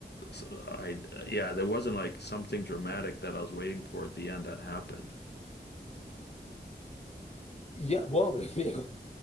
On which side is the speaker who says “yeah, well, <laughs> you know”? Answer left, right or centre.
Left